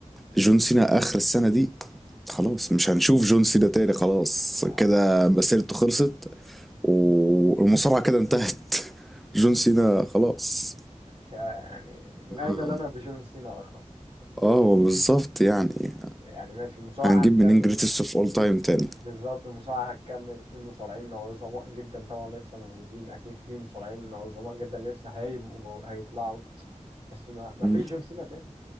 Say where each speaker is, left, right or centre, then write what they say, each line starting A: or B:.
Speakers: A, in the centre; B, on the right (about 45°).
A: جون سينا آخر السنة دي خلاص مش هنشوف جون سينا تاني خلاص،
B: آه.
A: كده مسيرته خلصت والمصارعة كده انتهت <laughs> جون سينا خلاص
B: مش ه- يعني من
A: اه
B: أين لنا بجون سينا آخر
A: آه، هو بالظبط يعني
B: يعني ماشي المصارعة
A: هنجيب
B: هتكمل
A: منين جريتست اوف اول تايم تاني
B: بالظبط المصارعة هتكمل في مصارعين عظماء جدا طبعا لسه موجودين أكيد في مصارعين عظماء جدا لسه هيبقوا مو... هيطلعوا بس ما ما
A: مم.
B: فيش جون سينا تاني